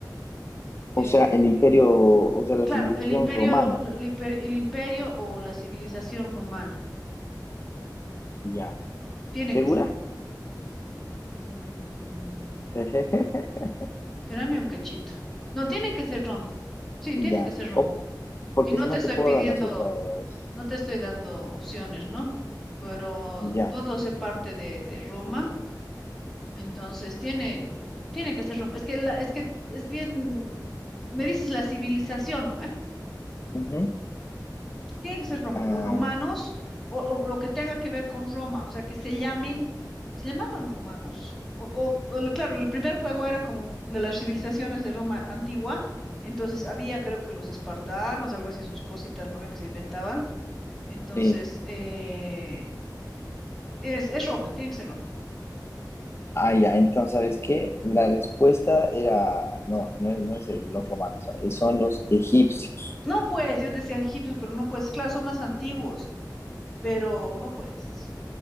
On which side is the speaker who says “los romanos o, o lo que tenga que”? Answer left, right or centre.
Centre